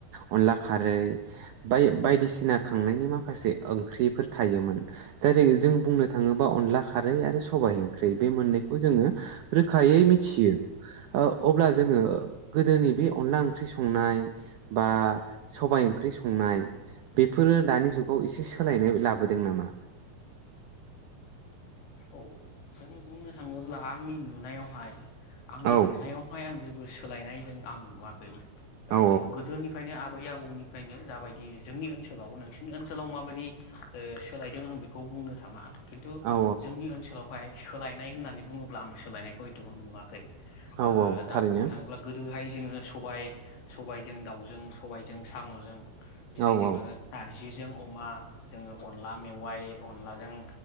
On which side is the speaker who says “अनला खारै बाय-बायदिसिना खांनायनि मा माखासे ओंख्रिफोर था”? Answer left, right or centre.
Right